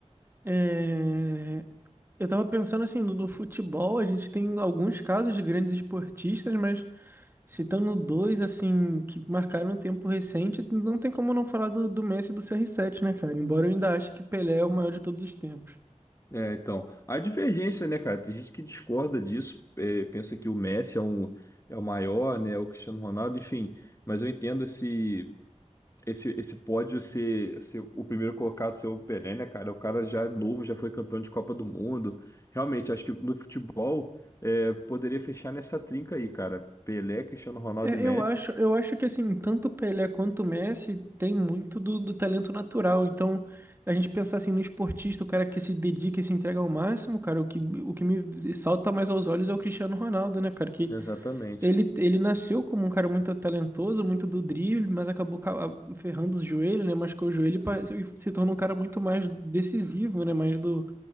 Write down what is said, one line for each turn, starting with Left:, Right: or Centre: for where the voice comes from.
Right: É, eu tava pensando assim, no no futebol a gente tem alguns casos de grandes esportistas, mas citando dois, assim, que marcaram um tempo recente, não tem como não falar do, do Messi e do CR7, né, cara? Embora eu ainda ache que Pelé é o maior de todos os tempos.
Left: É, então, a divergência, né, cara? Tem gente que discorda disso, é, pensa que o Messi é, um, é o maior, né? O Cristiano Ronaldo, enfim. Mas eu entendo esse esse, esse pódio ser, ser o primeiro colocado ser o Pelé, né, cara? O cara já é novo, já foi campeão de Copa do Mundo. Realmente, acho que no futebol é, poderia fechar nessa trinca aí, cara. Pelé, Cristiano Ronaldo
Right: É,
Left: e Messi.
Right: eu acho, eu acho que assim, tanto o Pelé quanto o Messi tem muito do, do talento natural. Então, a gente pensar assim no esportista, o cara que se dedica e se entrega ao máximo, cara, o que, o que me salta mais aos olhos é o Cristiano Ronaldo, né, cara? Que
Left: Exatamente.
Right: ele, ele nasceu como um cara muito talentoso, muito do drible, mas acabou ca- ferrando os joelhos, né? Machucou o joelho e pa- e se tornou um cara muito mais decisivo, né? Mais do,